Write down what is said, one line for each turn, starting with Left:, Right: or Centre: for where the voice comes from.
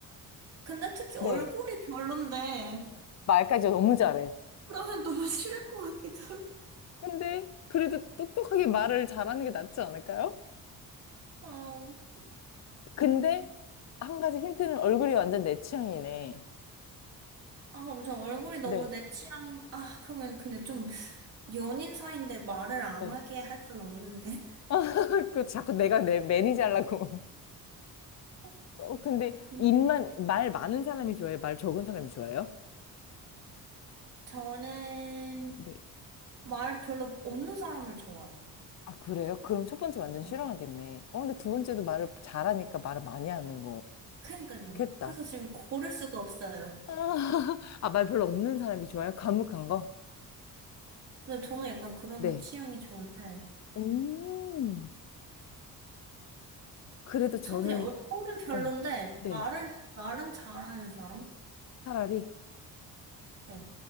Right: 근데 특히
Left: 네.
Right: 얼굴이 별론데,
Left: 말까지 너무 잘해.
Right: 그러면 너무 싫을 것 같기도
Left: 근데 그래도 똑똑하게 말을 잘하는 게 낫지 않을까요?
Right: 하고. 어,
Left: 근데 한 가지 힌트는 얼굴이 완전 내 취향이네.
Right: 아, 그럼 저 얼굴이 너무
Left: 네,
Right: 내 취향, 아, 그러면 근데 좀 연인 사이인데 말을 안
Left: 네.
Right: 하게 할 순 없는데.
Left: <laughs> 그 자꾸 내가 내 매니저 하려고.
Right: <laughs>
Left: 어, 근데
Right: 진짜
Left: 입만 말 많은 사람이 좋아해요? 말 적은 사람이 좋아해요?
Right: 저는
Left: 네.
Right: 말 별로 없는 사람을 좋아해요.
Left: 아, 그래요? 그럼 첫 번째 완전
Right: 네.
Left: 싫어하겠네. 어, 근데 두 번째도 말을 잘하니까 말을 많이 하는
Right: 그러니까요.
Left: 거겠다.
Right: 그래서 지금 고를 수가 없어요.
Left: <laughs> 아, 말 별로 없는 사람이 좋아요? 과묵한 거?
Right: 근데 저는 약간 그런
Left: 네.
Right: 취향이 좋은데,
Left: 음. 그래도 저는
Right: 전 그냥 얼굴은 별론데,
Left: 어, 네.
Right: 말을, 말은 잘하는 사람?
Left: 차라리
Right: 네.